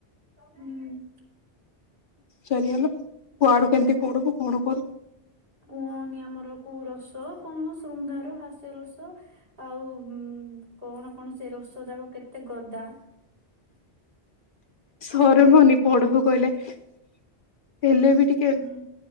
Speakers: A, on the right; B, on the left.
A: ହୁଁ
B: ସରିଗଲା କୁଆଡୁ କେମିତି ପଡିବୁ କଣୁ କରିବୁ।
A: କୁହନି ଆମର କୋଉ ରସ କଣ ଶୃଙ୍ଗାର ହାସ୍ୟ ରସ। ଆଉ କଣ କଣ ସେ ରସ ଯାକ କେତେ ଗଦା।
B: ସମୟ ହଉନି ପଢବୁ କହିଲେ ହେଲେ ବି ଟିକେ,
A: ହୁଁ